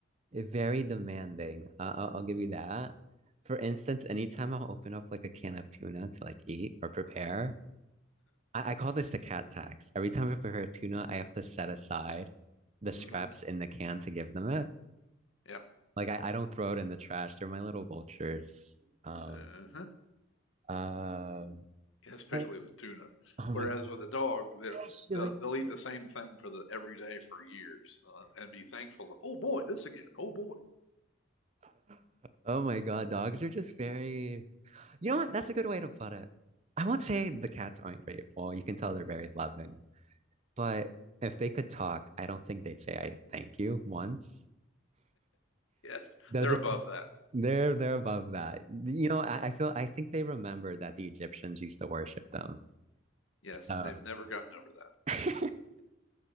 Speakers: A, on the right (about 35°); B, on the left (about 80°).
A: very demanding. Uh, I'll, I'll give you that. For instance, anytime I'll open up like a can of tuna to like eat or prepare, I, I call this the cat tax. Every time I prepare tuna, I have to set aside the scraps
B: mm-hmm.
A: in the can to give them it.
B: Yep.
A: Like I, I don't throw it in the trash. They're my little vultures. Um,
B: Uh-huh.
A: um,
B: <laughs> especially
A: but
B: with tuna.
A: oh
B: Whereas
A: my God,
B: with a dog, that
A: actually,
B: they'll, they'll eat the same thing for the every day for years uh, and be thankful. Oh boy, this again. Oh boy.
A: <laughs> oh my God, dogs are just very. You know what? That's a good way to put it. I won't say the cats aren't grateful. You can tell they're very loving, but if they could talk, I don't think they'd say I thank you once.
B: Yes,
A: They'll
B: they're
A: just
B: above
A: like
B: that.
A: they're they're above that. You know, I, I feel I think they remember that the Egyptians used to worship them.
B: Yes,
A: So
B: and they've never gotten over that.
A: <laughs>